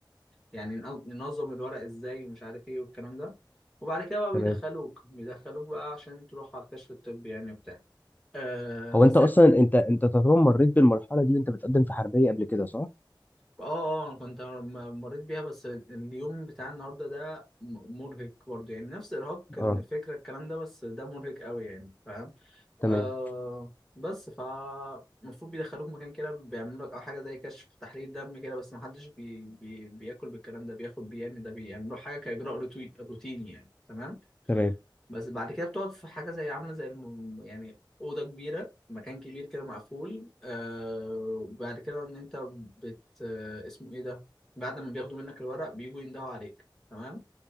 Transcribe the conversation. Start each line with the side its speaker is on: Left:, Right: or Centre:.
Centre: يعني نن- ننظم الورق ازاي ومش عارف ايه والكلام ده وبعد كده بقى بيدخلوك
Left: تمام
Centre: بيدخلوك بقى عشان تروح على الكشف الطبي يعني بتاع آه
Left: هو
Centre: بس
Left: انت اصلا انت انت تقريبا مريت بالمرحله دي وانت بتقدم في حربيه قبل كده صح
Centre: اه اه انا كنت م- مريت بيها بس اليوم بتاع النهارده ده م- مرهق برضه يعني نفس ارهاق كان
Left: اه
Centre: الفكره الكلام ده بس ده مرهق قوي يعني فاهم
Left: تمام
Centre: آه بس ف المفروض بيدخلوك مكان كده بيعملوا لك او حاجه زي كشف تحليل دم كده بس ما حدش بي... بي... بياكل بالكلام ده بياخد بيه يعني ده بيعملوا حاجه كاجراء روتي- روتيني يعني تمام
Left: تمام
Centre: بس بعد كده بتقعد في حاجة زي عاملة زي الم... يعني أوضة كبيرة مكان كبير كده مقفول آه وبعد كده إن أنت بت آه اسمه إيه ده بعد ما بياخدوا منك الورق بيجوا يندهوا عليك تمام